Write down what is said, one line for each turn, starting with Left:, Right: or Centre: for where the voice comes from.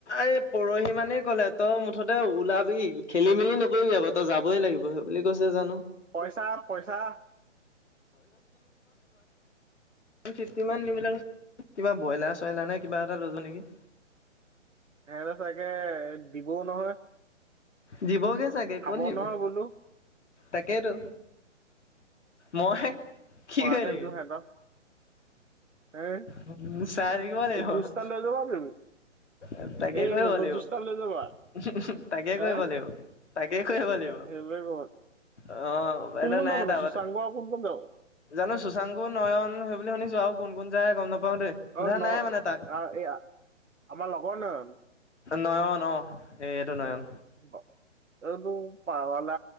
Left: এই পৰহি মানেই ক'লে তই মুঠতে ওলাবি খেলি মেলি নকৰিবি আকৌ তই যাবই লাগিব সেই বুলি কৈছে জানো।
Right: পইচা পইচা?
Left: ৱান ফিফটি মান নিবলে <unintelligible> কিবা ব্ৰইলাৰ চইলাৰ নে কিবা এটা লৈ যাওঁ নেকি?
Right: সিহঁতে চাগে দিবও নহয়।
Left: দিবগে চাগে
Right: খাব
Left: ক'ত নিব
Right: নহয় বোলো।
Left: তাকেইতো মই কি
Right: খোৱাতহে
Left: কৰি
Right: জোৰ সিহঁতৰ এ
Left: থাকিম চাই থাকিম।
Right: জুচ এটা লৈ যাবা তুমি
Left: <unintelligible> তাকে
Right: এই
Left: কৰিব
Right: মেংগ
Left: লাগিব
Right: জুচ এটা লৈ যাবা
Left: তাকে তাকে
Right: এ
Left: কৰিব লাগিব তাকে কৰিব লাগিব
Right: সেইবোৰে কব
Left: অ',
Right: কোন
Left: এনেও
Right: কোন
Left: নাই
Right: যাব
Left: তাৰবাদে।
Right: নো সুচাংগ আৰু কোন কোন যাব
Left: জানো সুসাংকু নয়ন সেই বুলি শুনিছো আৰু কোন কোন যায় গম নাপাও <unintelligible> সোধা
Right: অ ন
Left: নাই মানে তাক।
Right: আ- এই আ- আমাৰ লগৰ নয়ন
Left: নয়ন অ', এইটো নয়ন।
Right: বা এইটো পাৱালা